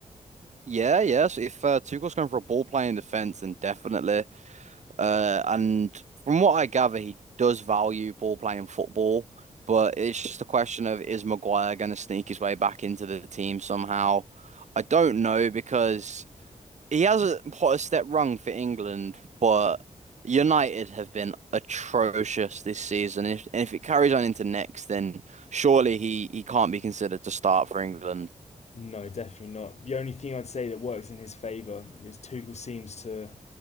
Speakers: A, on the right; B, on the left.
A: Yeah, yeah. So if uh, Tuchel's going for a ball playing defense, then definitely. Uh, and from what I gather, he does value ball playing football, but it's just a question of is Maguire going to sneak his way back into the team somehow? I don't know because he hasn't put a step wrong for England, but United have been atrocious this season. If and if it carries on into next, then surely he he can't be considered to start for England.
B: No, definitely not. The only thing I'd say that works in his favour is Tuchel seems to